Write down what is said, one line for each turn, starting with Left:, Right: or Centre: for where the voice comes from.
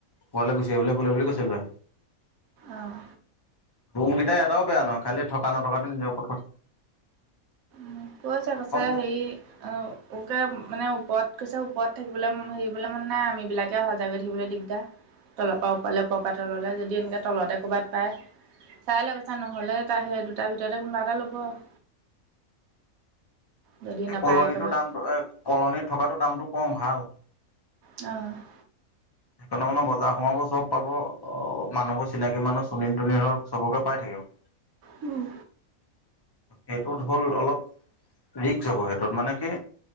Left: পোৱালৈ গুচি আহিবলৈ কলে বুলি কৈছিলো হয়।
Right: আহ
Left: ৰুমকেইটা এটাও বেয়া নহয়। খালি থকা নথকাটো নিজৰ ওপৰত কথা।
Right: উ কৈছে
Left: প্ৰথম
Right: কৈছে হেৰি অ' মানে ওপৰত কৈছে ওপৰত থাকিবলৈ হেৰিবলৈ মান নাই। আম বিলাকে অহা যগত থাকিবলৈ দিগদাৰ। তলৰ পৰা ওপৰলে পৰ পৰা তললৈ যদি এনেকে তলতে ক'ৰবাত পায়। চাই <unintelligible> চা নহলে সেই দুটাৰ ভিতৰতে কোনোবা এটা ল'ব আৰু। যদি
Left: এই
Right: নাপায়
Left: কলনীটোৰ
Right: একেবাৰে
Left: দামটো এ কলনিত থকাটো দামটো কম ভাল।
Right: অ'।
Left: সেইকাৰণে মানে বজাৰ সোমাব চব পাব অ', মানুহবোৰ চিনাকি মানুহ <unintelligible> ছবকে পাই থাকিব।
Right: উম।
Left: সেইটোত হ'ল অলপ ৰিস্ক হ'ব সেইটোত মানে কি